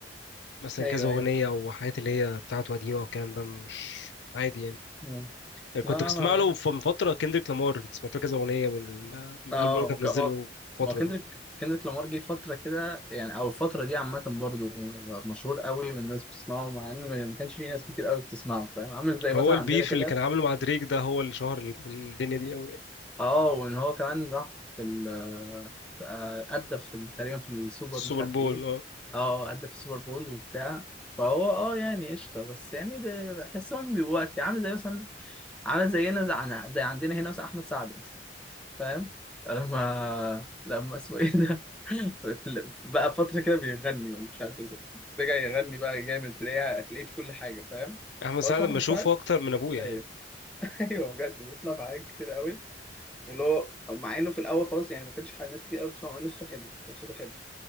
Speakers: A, on the left (about 70°); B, in the centre.
A: مثلا
B: ايوه
A: كذا اغنيه
B: ايوه
A: او حاجات اللي هي بتاعته قديمه والكلام ده مش عادي يعني
B: مم.
A: كنت
B: لا
A: بسمع
B: انا
A: له من فتره كندريك لامار كنت سمعت له كذا اغنيه من ال- من الالبوم
B: اه
A: اللي هو كان منزله
B: ك- ما
A: الفتره
B: ما هو كندريك
A: ده
B: كندريك لامار جه فترة كده يعني او الفترة دي عامة برضه مشهور قوي والناس بتسمعه مع ان ما ما كانش في ناس كتير قوي بتسمعه فاهم عامل زي
A: هو
B: مثلا
A: البيف
B: عندنا كده
A: اللي كان عامله مع دريك ده هو اللي شهر ال- الدنيا دي قوي
B: اه وان هو كمان راح في ال آه، أدى في ال- تقريبا في السوبر
A: السوبر
B: مش عارف
A: بول
B: ايه
A: اه
B: اه أدى في السوبر بول وبتاع فهو اه يعني قشطة بس يعني ده بحسهم بيبقوا وقت عامل زي مثلا عامل زينا زي عن- زي عندنا هنا مثلا أحمد سعد مثلا، فاهم لما لما اسمه ايه ده <laughs> بقى فترة كده بيغني ومش عارف ازاي رجع يغني بقى جامد تلاقيه هتلاقيه في كل حاجة فاهم
A: احمد سعد
B: هو اسمه
A: لما
B: أحمد
A: اشوفه
B: سعد
A: اكتر من ابويا
B: أيوه
A: يعني
B: <laughs> أيوه بجد بيطلع في حاجات كتير قوي واللي هو مع إنه في الأول خالص يعني ما كانش حاجة ناس كتير قوي بتسمع منه صوته حلو هو صوته حلو